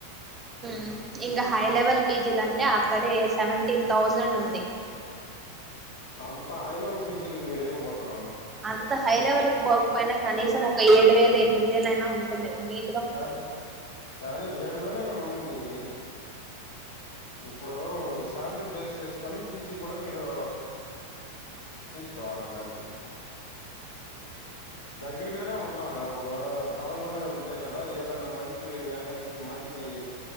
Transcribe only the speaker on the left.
అంత హైలో ఉన్న పీజులకి మీరు ఎందుకు పోతరు
సరే సరే ఏడు వేలయినా ఉండనీ ఇప్పుడు శాలరీ బేస్ చేసుకొని పీజి కూడా మీరు తీసుకోవాల దాన్ని దగ్గరగారే ఉండాలా అప్పుడు టౌన్ లోనే ఉంటే కదా ఏదన్నా మంచి వ్యాకెన్సీ మం చి